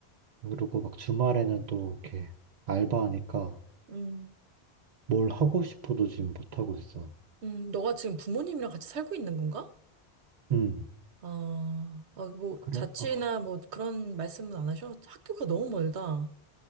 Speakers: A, on the right; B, on the right.
A: 그리고 막 주말에는 또 이렇게 알바하니까
B: 음,
A: 뭘 하고 싶어도 지금 못하고 있어.
B: 음. 너가 지금 부모님이랑 같이 살고 있는 건가?
A: 음,
B: 아, 아, 뭐,
A: 그래.
B: 자취나
A: 아,
B: 뭐 그런 말씀은 안 하셔? 학교가 너무 멀다.